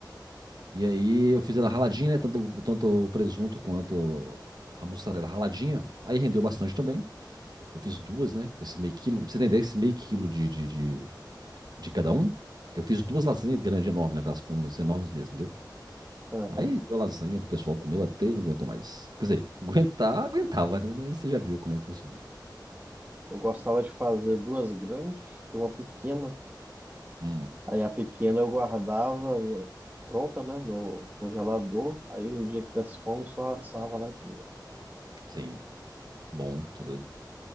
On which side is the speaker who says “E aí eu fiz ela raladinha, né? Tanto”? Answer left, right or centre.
Right